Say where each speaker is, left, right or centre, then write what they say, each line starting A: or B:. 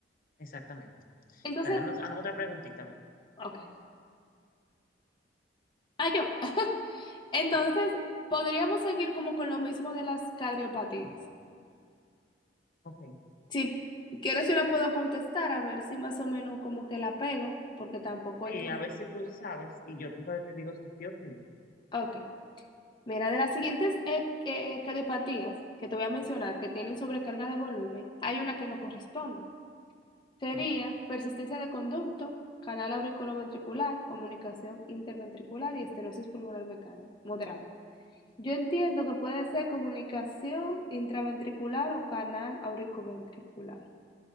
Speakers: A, on the left; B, on the left.
A: Exactamente.
B: Entonces,
A: Dale, dame, dame otra preguntita, a ver.
B: ok. Ah, yo. <laughs> Entonces,
A: Sí,
B: podríamos seguir como con lo mismo de las cardiopatías.
A: ok.
B: Si quieres, yo la puedo contestar a ver si más o menos como que la pego, porque tampoco
A: Sí,
B: hay que...
A: a
B: no.
A: ver si tú sabes y yo entonces te digo si sí o si no.
B: Ok. Mira, de las siguientes eh, eh, cardiopatías que te voy a mencionar que tienen sobrecarga de volumen, hay una que no corresponde. Sería persistencia de conducto, canal auriculoventricular, comunicación interventricular y estenosis pulmonar mecánica moderada. Yo entiendo que puede ser comunicación intraventricular o canal auriculoventricular.